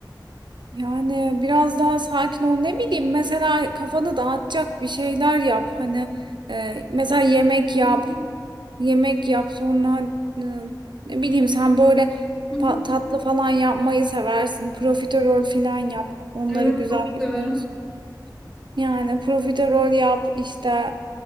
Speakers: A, on the right (about 80°); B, in the centre.
A: Yani biraz daha sakin ol ne bileyim mesela kafanı dağıtacak bir şeyler yap hani e, mesela yemek yap
B: <laughs>
A: Yemek yap sonra e, ne bileyim sen böyle
B: Hı hı.
A: pa- tatlı falan yapmayı seversin. Profiterol falan yap. Onları
B: Evet
A: güzel
B: çok
A: yapıyorsun.
B: severim.
A: Yani profiterol yap işte